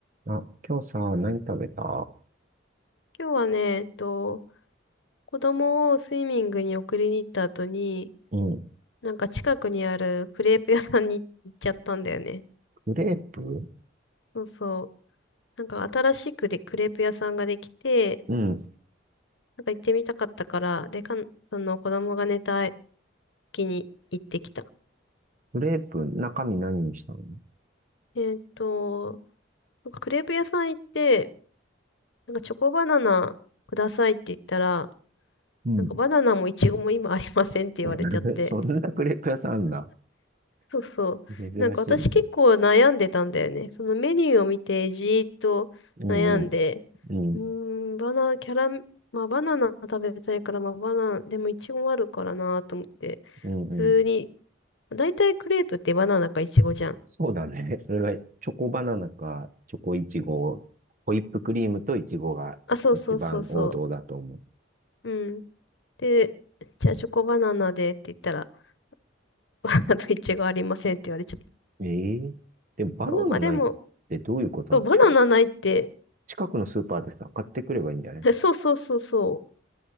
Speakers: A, on the right; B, on the left.
A: あ、今日さ、何食べた
B: 今日はね、えっと、子供をスイミングに送りに行った後に、
A: うん。
B: なんか近くにあるクレープ屋さんに行っちゃったんだよね。
A: クレープ
B: そうそう。なんか新しくでクレープ屋さんができて、
A: うん。
B: なんか行ってみたかったから、で、かん、その子供が寝た時に行ってきた。
A: クレープ、中身何にしたの
B: えっと、なんかクレープ屋さん行って、なんかチョコバナナくださいって言ったら、
A: うん。
B: なんかバナナもイチゴも今ありませんって言われちゃって、
A: <laughs> そんなクレープ屋さんあんだ。
B: そうそう。
A: 珍しいね。
B: なんか私結構悩んでたんだよね。そのメニューを見てじーっと悩んで、
A: うんうん。うん。
B: うーん、バナ、キャラ、まあバナナ食べたいから、まあバナナ、でもイチゴもあるからなと思って、
A: うんうん。
B: 普通に、だいたいクレープってバナナかイチゴじゃん。
A: そうだね。それがチョコバナナか、チョコイチゴ、ホイップクリームとイチゴが一番王道だと思う。
B: あ、そうそうそうそう。うん。で、じゃあチョコバナナでって言ったら、<laughs> あとイチゴありませんって言われちゃっ
A: ええでもバナナないってどういうことなの近、
B: た。そう、まあでも、そう、バナナないって、
A: 近くのスーパーでさ、買ってくればいいんじゃない
B: <laughs> そうそうそうそう。